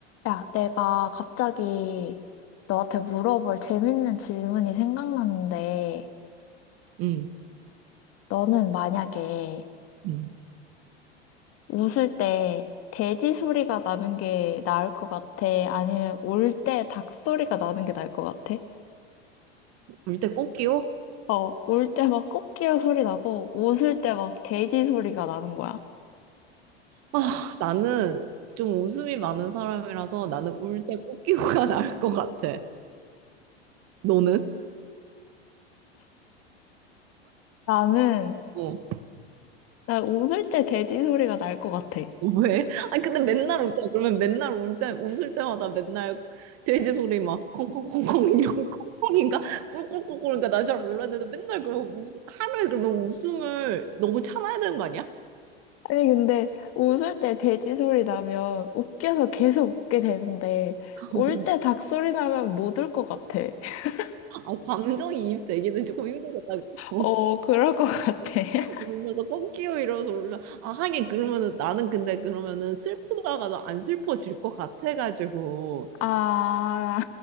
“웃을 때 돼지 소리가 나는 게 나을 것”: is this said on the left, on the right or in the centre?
Left